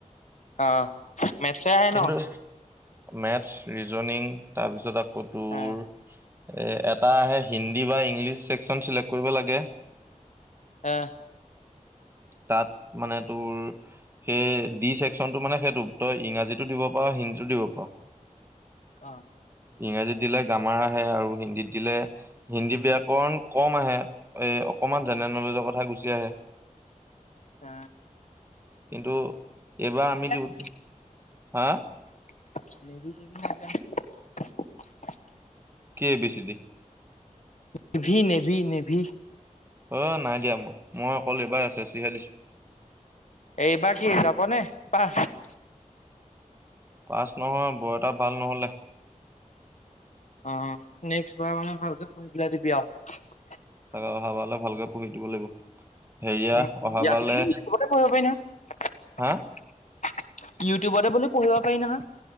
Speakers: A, on the left; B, on the right.
A: অ, মেটছে আহে
B: কিন্তু
A: ন?
B: মেথছ, ৰিজনিং তাৰপিছত আ কৌ তোৰ
A: অ
B: এটা আহে হিন্দী বা ইংলিছ ছেকচন চিলেক্ট কৰিব লাগে।
A: আ।
B: তাত মানে তোৰ সেই ডি চেকচনটো মানে সেইটো তই ইংৰাজীতো দিব পাৰ হিন্দীটো দিব পাৰ।
A: অ
B: ইংৰাজীত দিলে গ্ৰামাৰ আহে আৰু হিন্দীত দিলে হিন্দী ব্যাকৰণ কম আহে। এ অকমান জেনেৰেল নলেজৰ কথা গুচি আহে।
A: চ
B: কিন্তু এইবাৰ আমি দিওঁ।
A: নি?
B: হা
A: <unintelligible>
B: কি ভাবিছিলি?
A: Navy, navy, navy.
B: অ, নাই দিয়া মই। মই অকল এইবাৰ এছ এছ চিহে দিছো।
A: এইবাৰ কি যাব নে তপা? <inaudible>
B: পাচ নহয় বৰ এটা ভাল নহলে।
A: অ নেক্সট বাৰ মানে ভালক ক পেলাই দিবি আৰু
B: তাকে অহাবাৰলে ভালকে পঢ়ি দিব লাগিব।
A: <unintelligible>
B: হেৰিয়া অহাবাৰলে হা
A: ইউটিউবতে বুলি পঢ়িব পাৰি নহয়।